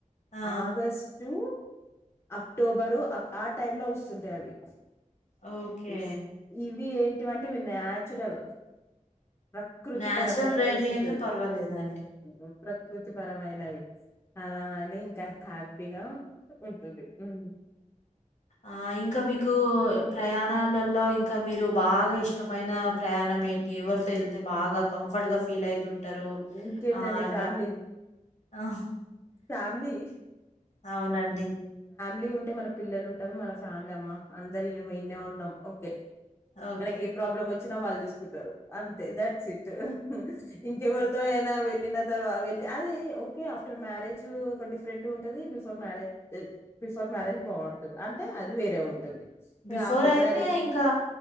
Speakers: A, on the left; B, on the left.
A: ఆ!
B: ఆగస్ టూ అక్టోబరు ఆ టైం లో వస్తుంటాయి అవి
A: ఓకే
B: ఇ- ఇవి ఏంటివంటే ఇవి నాచురల్ ప్రకృతి
A: నేచురల్
B: పరమైన
A: రైనీ
B: వస్తుంటది
A: అయితే పర్వాలేదండి.
B: ఆ ప్రకృతి పరమైనవి అలా అని ఇంకా హ్యాపీగా ఉంటుంది హ్మ్
A: ఆ ఇంకా మీకు ప్రయాణలలో ఇంకా మీరు బాగా ఇష్టమైన ప్రయాణం ఏంటి ఎవరితో వెళ్తే బాగా కంఫర్ట్ గా ఫీల్ అయి తుంటారు
B: ఇంకేంటండి
A: ఆ అలా
B: ఫ్యామిలీ
A: ఆ
B: ఫ్యామిలీ
A: ఆ అవునండి
B: రెడీ ఉంటే మన పిల్లలు ఉంటారు మన ఫ్యామిలీ అమ్మ అందరు ఏం ఇనే ఉన్నాం ఓకే
A: ఓకే.
B: మనకి ఏ ప్రాబ్లం వచ్చినా వాళ్ళు చూసుకుంటారు అంతే దాట్స్ ఇట్ ఇంకే ఎవరు అయినా వెళ్ళిన తర్వా వెళ్లి అది ఓకే ఆఫ్టర్ మ్యారేజ్ ఒక డిఫరెంట్ ఉంటది బిఫోర్ మ్యారేజ్ బిఫోర్ మ్యారేజ్ బాగుంటుం అంటే అది వేరే ఉంటుంది ఇగ
A: బిఫోర్
B: ఆఫ్టర్
A: అయితే
B: మ్యారేజ్
A: ఇంకా